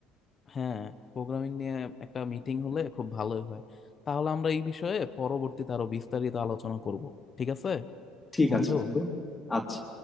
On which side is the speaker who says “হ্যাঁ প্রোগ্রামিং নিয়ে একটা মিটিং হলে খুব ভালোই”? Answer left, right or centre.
Left